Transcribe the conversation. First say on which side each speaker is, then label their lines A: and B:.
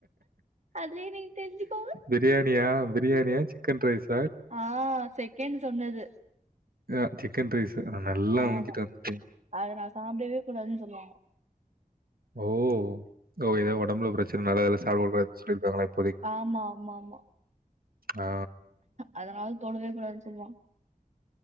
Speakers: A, on the right (about 50°); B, on the right (about 85°).
A: அதுலயே நீங்க தெரிஞ்சுக்கோங்க
B: பிரியாணியா பிரியாணியா சிக்கன் ரைஸ்
A: ஆ செகண்ட் சொன்னது
B: அ சிக்கன் ரைஸு நல்லா
A: ஆமா
B: அமுக்கிட்டு வந்துட்டிங்
A: அத நா சாப்டவே கூடாதுன்னு சொல்லுவாங்க
B: ஓ ஓ எதோ ஒடம்புல ப்ரச்சனனால அதுலா சாப்பட கூடாதுனு சொல்லிருகாங்ளா இப்
A: ஆமாம்மாம்மா
B: ஆ
A: அதனால தொடவே கூடாதுன் சொல்வா